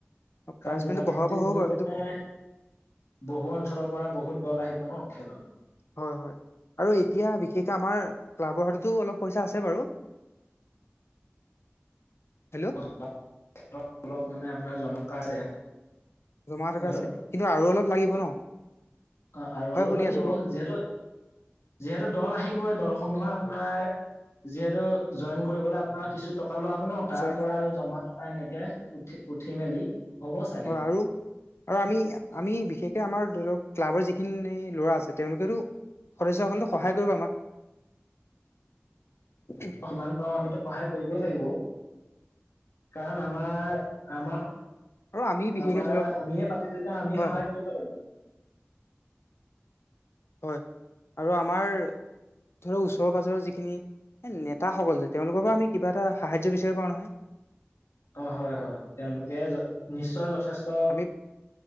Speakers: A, on the left (about 65°); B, on the left (about 80°).
A: প্ৰাইজ
B: কাৰণ জিলা
A: মানিটো বঢ়াব
B: ভিত্তিত
A: হ'ব
B: বুলি
A: বাৰু
B: ক'লে
A: সেইটো
B: বহু অঞ্চলৰ পৰা বহুত দল আহিব ন খেলৰ
A: হয় হয় আৰু এতিয়া বিশেষকে আমাৰ ক্লাবৰ হাততো অলপ পইচা আছে বাৰু। হেল্ল'।
B: <unintelligible> অলপ মানে আপোনাৰ জমকা আছে
A: জমা টকা
B: হেল্ল'
A: আছে, কিন্তু আৰু অলপ লাগিব ন।
B: অ' আৰু
A: হয়
B: অলপ
A: শুনি
B: লাগিব
A: আছো কওক
B: যিহেতু যিহেতু দল আহিবই, দলসমূহে আপোনাৰ যিহেতু জইন কৰিবলৈ আপোনাৰ কিছু টকা ওলাব ন তাৰ
A: জইন
B: পৰা আৰু জমা টকা এনেকে উঠি, উঠি মেলি হ'ব চাগে
A: হয় আৰু আৰু আমি আমি বিশেষকে আমাৰ ধৰি লওক ক্লাবৰ যিখিনি ল'ৰা আছে তেওঁলোকেতো। সদস্য সকলেটো সহায় কৰিব আমাক।
B: যিমান পাউ আমিতো সহায় কৰিবই লাগিব। কাৰণ আমাৰ আমা
A: আৰু আমি বিশেষকে
B: আমাৰ
A: ধৰি লওক
B: আমিয়ে পাটো যেতিয়া আমি
A: হয়
B: সহায়
A: হয়
B: কৰিব লাগিব।
A: হয় আৰু আমাৰ ধৰক ওচৰ পাজৰৰ যিখিনি এ নেতাসকল যে, তেওঁলোকৰ পৰা আমি কিবা এটা সাহাৰ্য্য বিচাৰি পাও নহয়।
B: অঁ হয় হয়, তেওঁলোকে নিশ্চয় যথেষ্ট
A: আমি